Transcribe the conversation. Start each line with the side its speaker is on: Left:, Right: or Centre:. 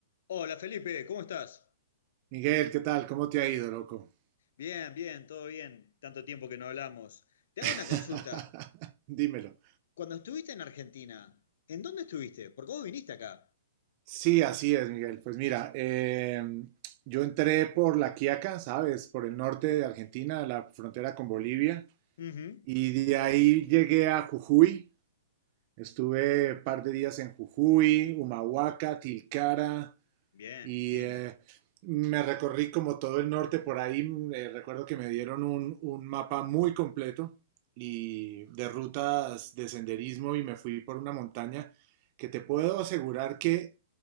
Left: Hola Felipe, ¿cómo estás?
Right: Miguel, ¿qué tal? ¿Cómo te ha ido, loco?
Left: Bien, bien, todo bien. Tanto tiempo que no hablamos.
Right: <laughs>
Left: Te hago una consulta.
Right: Dímelo.
Left: Cuando estuviste en Argentina, ¿en dónde estuviste? Porque vos viniste acá.
Right: Sí, así es, Miguel. Pues mira, eh, yo entré por La Quiaca, ¿sabes? Por el norte de Argentina, la frontera con Bolivia,
Left: Ujú.
Right: y de ahí llegué a Jujuy. Estuve un par de días en Jujuy, Humahuaca, Tilcara,
Left: Bien,
Right: Y
Left: lindo.
Right: eh, me recorrí como todo el norte por ahí. mm, eh, recuerdo que me dieron un, un mapa muy completo y de rutas de senderismo y me fui por una montaña que te puedo asegurar que